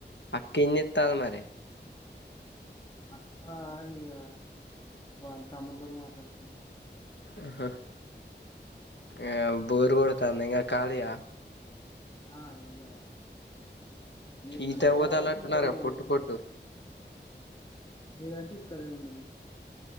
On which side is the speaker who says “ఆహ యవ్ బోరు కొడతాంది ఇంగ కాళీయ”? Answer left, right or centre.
Left